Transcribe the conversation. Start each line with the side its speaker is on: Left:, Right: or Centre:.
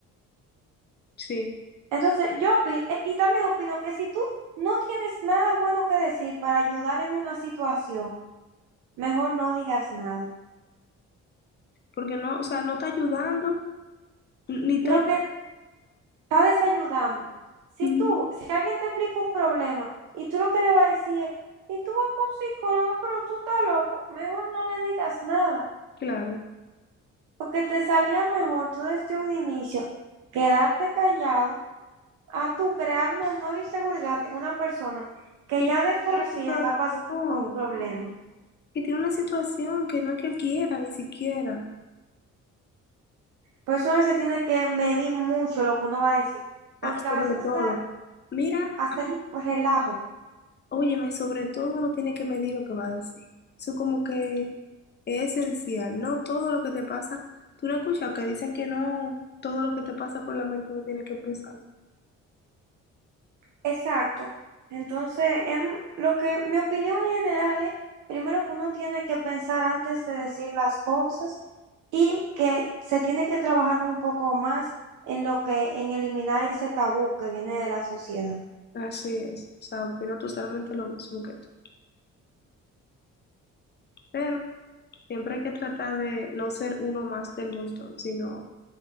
Left: sí,
Right: Entonces, yo opino, y también opino que si tú no tienes nada bueno que decir para ayudar en una situación, Mejor no digas nada.
Left: porque no, o sea, no está ayudando, ni está,
Right: Lo que está desayudando. Si
Left: Ujú,
Right: tú, si alguien te explica un problema y tú lo que le vas a decir es, y tú vas para un psicólogo, pero tú estás loco, mejor no le digas nada.
Left: claro,
Right: Porque te salía mejor tú desde un inicio quedarte callado a tú crear una nueva inseguridad en una persona que
Left: que,
Right: ya
Left: tiene
Right: de por
Left: una
Right: sí
Left: situación-
Right: está pasando por un problema.
Left: que tiene una situación que no es que él quiera ni siquiera,
Right: Por eso a veces tiene que medir mucho lo que uno va a decir. Porque
Left: Ah, sobre
Right: a veces hasta,
Left: todo, mira,
Right: hasta en relajo
Left: Óyeme, sobre todo no tiene que medir lo que va a decir. Eso como que es esencial, ¿no? Todo lo que te pasa, tú no escuchas que dicen que no, todo lo que te pasa por la mente no tiene que expresarlo.
Right: Exacto. Entonces, em, lo que mi opinión en general es, primero que uno tiene que pensar antes de decir las cosas y que se tiene que trabajar un poco más en lo que, en eliminar ese tabú que viene de la sociedad,
Left: Así es, o sea, opino totalmente lo mismo que tú. Pero siempre hay que tratar de no ser uno más del montón, sino